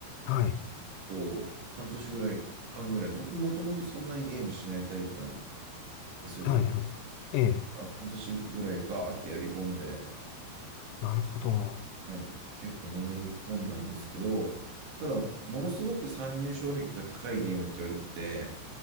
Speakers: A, on the left; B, on the right.
A: はい、
B: 構、半年ぐらい、間ぐらい、僕もともとそんなにゲームしないタイプなんですよ。
A: はい、
B: 僕
A: はい、ええ、
B: が半年ぐらいガーってやり込んで、
A: なるほど。
B: はい、結構のめり込んだんですけど、ただ、ものすごく参入障壁が高いゲームって言われてて、